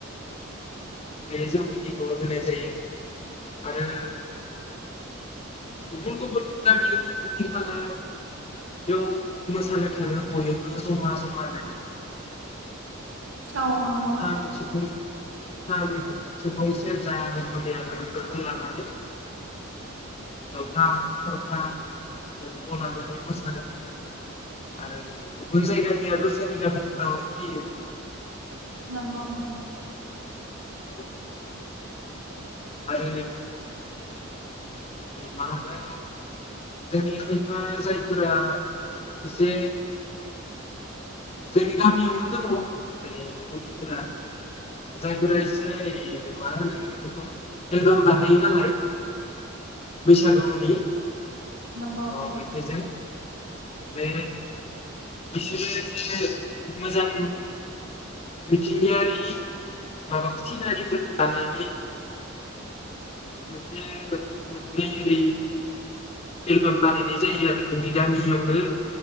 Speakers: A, on the left; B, on the right.
A: बे जौ बिदिखौ होनाय जायो आरो गुबुन गुबुन गामिनि खाथि खाला बेयाव मोसानो थांङो बयबो जमा जमानो
B: औ नोंगौना
A: खाम सिफुं खाम सिफुं सेरजा हारमनिया बेफोरखौ लानानै जथा थरखा बेफोरखौ लानानै मोसानो थांङो आरो गुबुन जायगानियाबो जोंनि गामिफोराव फैयो
B: नंगौ नोंथां
A: <inaudible> आरो मा होनो जोंनि खायफा जायफोरा एसे जोंनि गामियावनो दङ ओ गथ'फोरा जायफोरा एसे मा होनो बेखौ एलबाम बानायो नालाय बैसागुनि
B: नोंगौ
A: अ
B: नोंथां
A: मेथाइजों बे बिसोरो एसे मोजां मिथिंगायारि माबा सिनारिफोरखौ लानानै मोनसे मोननै ओरै एलबाम बानायनाय जायो आरो जोंनि गामियावनो